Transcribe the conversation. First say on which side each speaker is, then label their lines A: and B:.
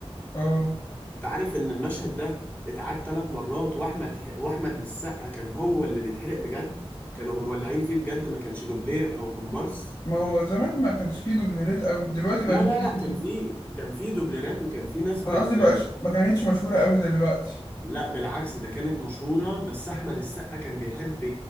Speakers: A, on the left; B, on the left.
A: اه
B: انت عارف ان المشهد ده اتعاد ثلاث مرات واحمد ح... واحمد السقا كان هو اللي بيتحرق بجد كانوا هم مولعين فيه بجد ما كانش دوبلير او كومبارس
A: ما هو زمان ما كانش فيه دوبليرات قوي دلوقتي
B: لا
A: بقى بيجي-
B: لا لا كان في كان في دوبليرات وكان في ناس بت
A: أنا قصدي بقاش ما كانتش مشهورة قوي زي دلوقتي
B: لا بالعكس ده كانت مشهورة بس احمد السقا كان بيحب ي...